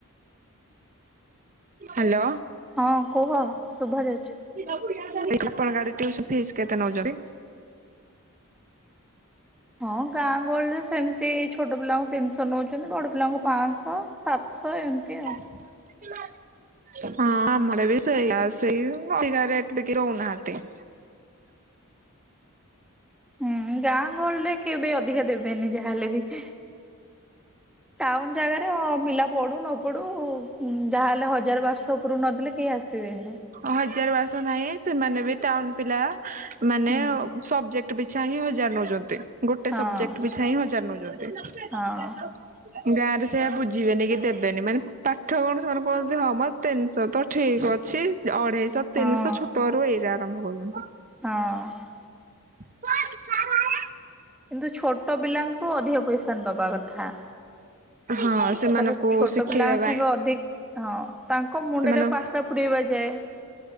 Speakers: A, on the right; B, in the centre.
A: ହାଲୋ।
B: ହଁ କୁହ ଶୁଭା ଯାଉଛି।
A: ଆପଣଙ୍କ ଆଡ଼େ ଟିଉସନ ଫିସ କେତେ ନଉଛନ୍ତି?
B: ହଁ ଗାଁ ଗହଳିରେ ସେମିତି ଛୋଟ ପିଲାଙ୍କୁ ତିନିଶହ ନଉଛନ୍ତି, ବଡ ପିଲାଙ୍କୁ ପାଞ୍ଚଶହ, ସାତଶହ, ଏମିତି ଆଉ।
A: <unintelligible> ହଁ ଆମ ଆଡେ ବି ସେଇଆ ସେଇ ଅଧିକା ରେଟ ବି କେହି ଦଉନାହାନ୍ତି।
B: ହୁଁ ଗାଁ ଗହଳିରେ କିଏ ବି ଅଧିକା ଦେବେନି ଯାହାହେଲେ ବି ଟାଉନ ଜାଗାରେ ପିଲା ପଢୁ ନ ପଢୁ ଯାହାହେଲେ ହଜାର ଵାରଶହ ଉପର କୁ ନଦେଲେ କେହି ଆସିବେନି।
A: ହଜାର ବରଶହ ନାହିଁ, ସେମାନେ ବି ଟାଉନ ପିଲା ମାନେ
B: ହୁଁ
A: ସବଜେକଟ ପିଛା ହିଁ ହଜାର ନଉଛନ୍ତି, ଗୋଟେ
B: ହଁ
A: ସବଜେକ୍ଟ ପିଛା ହିଁ ହଜାର ନଉଛନ୍ତି।
B: ହଁ।
A: <unintelligible> ଗାଁ ରେ ସେୟା ବୁଝିବେନି, କି ଦେବେନି ମାନେ ପାଠ କଣ ସେମାନେ କଣ ହଁ ମ ତିନି ଶହ ତ ଠିକ ଅ ଛି ଅଢେଇଶହ
B: ହଁ।
A: ତିନିଶହ ଛୋଟ ରୁ ଏଇରା ଆରମ୍ଭ କରୁଛନ୍ତି।
B: ହଁ।
A: <unintelligible>
B: କିନ୍ତୁ ଛୋଟ ପିଲାଙ୍କୁ ଅଧିକ ପଇସା ଦେବା କଥା।
A: ହଁ। ସେମାନଙ୍କୁ
B: ତାର ଛୋଟ
A: ଶିଖେଇବା
B: ପିଲାଙ୍କ
A: ପାଇଁ
B: ସାଙ୍ଗେ ଅଧିକ ହଁ ତାଙ୍କ ମୁଣ୍ଡରେ
A: ସେମାନ
B: ପାଠଟା ପୁୁରଇବା ଯାଏ।